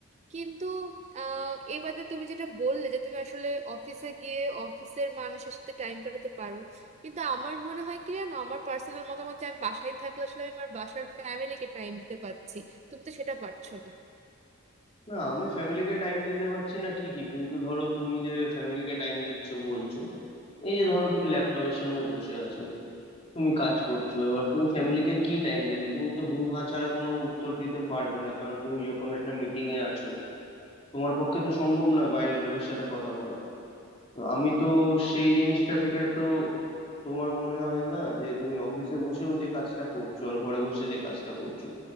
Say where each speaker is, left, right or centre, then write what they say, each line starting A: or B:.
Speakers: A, on the right; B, on the left.
A: কিন্তু আহ এ বাদে তুমি যেটা বললে যে তুমি আসলে অফিসে গিয়ে অফিসের মানুষের সাথে টাইম কাটাতে পারো কিন্তু আমার মনে হয় কি জানো আমার পার্সোনাল মতামত যে আমি বাসায় থাকলে আসলে আমি আমার বাসার ফ্যামিলিকে টাইম দিতে পারছি তুমি তো সেটা পারছো না
B: না আমি ফ্যামিলিকে টাইম দিতে পারছি না ঠিকই কিন্তু ধরো তুমি যে ফ্যামিলিকে টাইম দিচ্ছ বলছো এই যে ধরো তুমি ল্যাপটপের সামনে বসে আছো তুমি কাজ করছো এবার তুমি ফ্যামিলিকে কি টাইম দেবে তুমি তো হু হা ছাড়া কোনো উত্তর দিতে পারবে না কারণ তুমি যখন একটা মিটিং এ আছো তোমার পক্ষে তো সম্ভব নয় বাইরের লোকের সাথে কথা বলা তো আমি তো সেই জিনিসটা থেকে তো তোমার মনে হয় না যে তুমি অফিসে বসেও যে কাজটা করছো আর ঘরে বসে যে কাজটা করছো